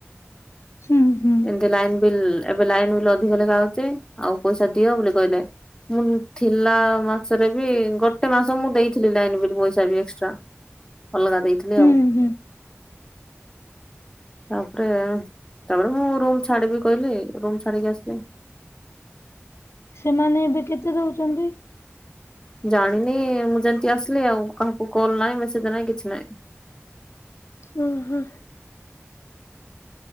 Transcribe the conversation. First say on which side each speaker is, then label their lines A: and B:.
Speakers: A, on the left; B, on the left.
A: ହୁଁ ହୁଁ।
B: ଏମିତି ଲାଇନି ବିଲ୍ ଏବେ ଲାଇନି ବିଲ୍ ଅଧିକ ଲେଖା ଆଉଛି ଆଉ ପଇସା ଦିଅ ବୋଲି କହିଲେ। ମୁଁ ଥିଲା ମାସରେବି ଗୋଟେ ମାସ ମୁଁ ଦେଇଥିଲି ଲାଇନବିଲ୍ ପଇସାବି ଏକ୍ସଟ୍ରା। ଅଲଗା ଦେଇଥିଲି
A: ହୁଁ
B: ଆଉ
A: ହୁଁ
B: ତାପରେ ତାପରେ ମୁଁ ରୁମ ଛାଡିବି କହିଲି ରୁମ ଛାଡିକି ଆସିଲି।
A: ସେମାନେ ଏବେ କେତେ ଦେଉଛନ୍ତି?
B: ଜାଣିନି ମୁଁ ଯେମୋତି ଆସିଲି ଆଉ କାହାକୁ କଲ୍ ନାହିଁ ମେସେଜ ନାହିଁ କିଛି ନାହିଁ।
A: ହଁ ହିଁ।